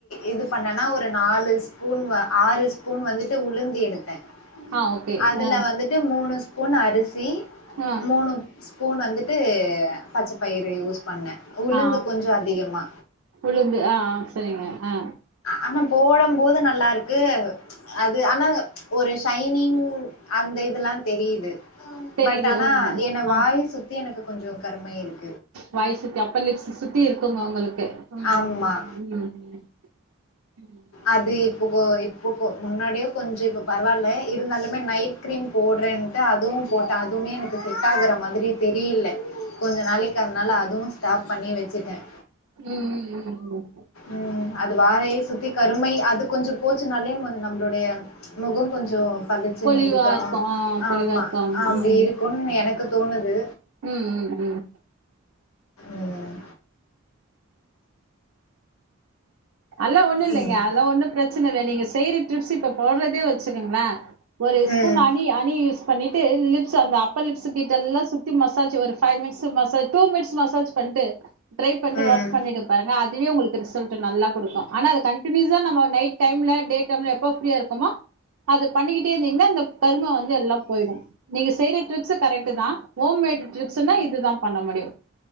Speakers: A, on the left; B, on the right.
A: இது பண்ணனா ஒரு நாலு ஸ்பூன் ஆறு ஸ்பூன் வந்துட்டு உளுந்து எடுத்தேன்
B: ஆ ஓகே
A: அதுல
B: ஆ
A: வந்துட்டு மூணு பொன் அரிசி
B: ஆ
A: மூணு ஸ்பூன் வந்துட்டு இது பச்சஒ பயிறு யூஸ் பண்ணன் உளுந்து
B: ஆ
A: கொஞ்சம் அதிகமா
B: உளுந்து ஆ ஆ சரிங்க ஆ
A: ஆனா போடம் போது நல்லா இருக்கு அது ஆனா ஒரு ஷைனிங் அந்த இதுல்லாம் தெரியுது
B: தெரியுது
A: பட் ஆனா
B: ம்
A: என்ன
B: ஆ
A: வாய் சுத்தி எனக்கு கொஞ்சம் கரும இருக்
B: வாய் சுத்தி அப்பர்லிப்ஸ் சுத் <unintelligible> இருக்குங்க உங்களுக் ஹும்
A: ஆமா
B: ம் ம் ம் ம் ம்
A: அது இப்போ கோ இப்போ கோ முன்னாடியோ கொஞ்சம் இப்ப பரவாயல இருந்தாலுமே நைட் கிரீம் போடுறேன்ட்டு அதுவும் போட்டேன் அதுவுமே எனக்கு செட் ஆகுற மாதிரி தெரியல கொஞ்ச நாளைக்கு அதனால அதுவும் ஸ்டாப் பண்ணி வச்சு ச்சிட்டேன்
B: ம் ம் ம் ம்
A: உம் அது வாறையே சு <unintelligible> கருமை அது கொஞ்சம் போச்சு நல்ல <unintelligible> நம்மளுடைய முகம் கொஞ்சோ பளிச்சின்னு
B: பொலிவா
A: இருக்கிறோம்
B: இருக்கு ஆ பொலிவா
A: ஆமா
B: இருக்கு ம்
A: அப்டி இருக்கும்ன்னு எனக்கு தோணுது
B: ம் ம் ம்
A: உம்
B: அல்லாம் ஒண்ணுல்லைங்க
A: ம்.
B: அதெல்லா ஒன்னும் பிரச்சனை இல்ல நீங்க செய்ற டிப்ஸு இப்ப போட்றதே வச்சுக்குங்களே ஒரு ஸ்பூன்
A: ம்.
B: அணி அணி யூஸ் பண்ணிட்டு லிப்ஸ் அந்த அப்பர் லிப்ஸ் கிட்ட எல்லாம் சுத்தி மசாஜ் ஒரு five minutes massage two minutes massage பண்ட்டு ட்ரை பண்ட்டு
A: ம்.
B: வாஷ் பண்ணிடுங்க ஏன்னா அதுவே உங்ளுக்கு ரிசல்ட் ட்டு நல்லா குடுக்கு ஆனா இத கண்டினியூஸா நம்ம நைட் டைம்ல டே டைம்ல எப்ப ஃப்ரீயா இருக்கமோ அது பண்ணிக்கிட்டே இருந்தீங்கன்னா இந்த கருமை வந்து எல்லாம் போயிடு நீங்க செய்ற டிப்ஸு கரெக்ட்டுதா, ஆனா ஹோம் மேட் டிப்ஸ்னா இதுதா பண்ண முடியு